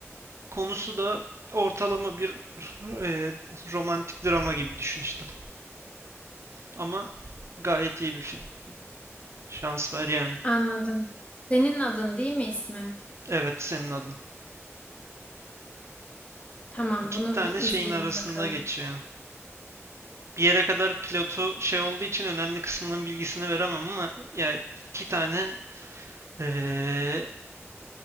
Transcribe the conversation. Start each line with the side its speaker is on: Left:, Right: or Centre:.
Right: Konusu da ortalama bir e, romantik drama gibi düşün işte. Ama gayet iyi bir film. Şans var yani.
Left: Anladım. Senin adın değil mi ismi?
Right: Evet senin adın.
Left: Tamam,
Right: İki
Left: bunu
Right: tane
Left: bir izleyeyim
Right: şeyin arasında
Left: bakalım.
Right: geçiyor. Bir yere kadar pilotu şey olduğu için önemli kısmının bilgisini veremem ama yani iki tane e,